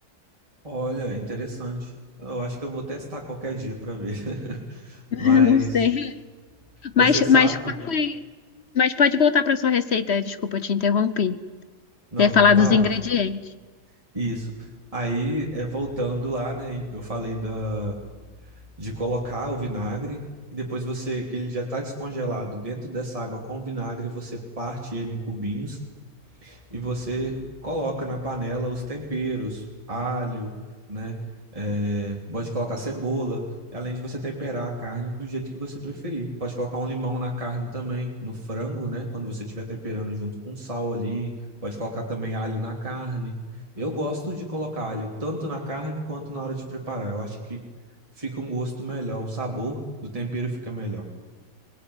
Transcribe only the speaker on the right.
Olha, interessante. Eu acho que eu vou testar qualquer dia para ver. <laughs>
Mas
você
sabe?
Não,
não
tá
ótimo. Isso. Aí, é, voltando lá, né? Eu falei da de colocar o vinagre e depois você, que ele já está descongelado dentro dessa água com o vinagre, você parte ele em cubinhos e você coloca na panela os temperos, alho, né? É, pode colocar cebola, além de você temperar a carne do jeito que você preferir. Pode colocar um limão na carne também, no frango, né? Quando você estiver temperando junto com sal ali, pode colocar também alho na carne. Eu gosto de colocar alho tanto na carne quanto na hora de preparar. Eu acho que fica um gosto melhor, o sabor do tempero fica melhor.